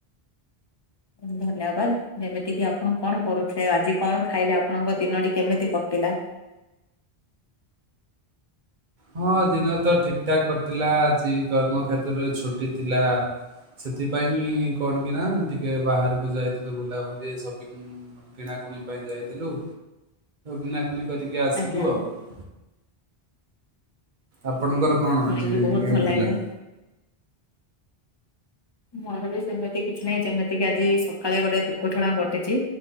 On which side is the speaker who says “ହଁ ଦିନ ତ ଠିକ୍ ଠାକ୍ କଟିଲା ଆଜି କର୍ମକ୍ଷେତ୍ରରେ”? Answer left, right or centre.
Right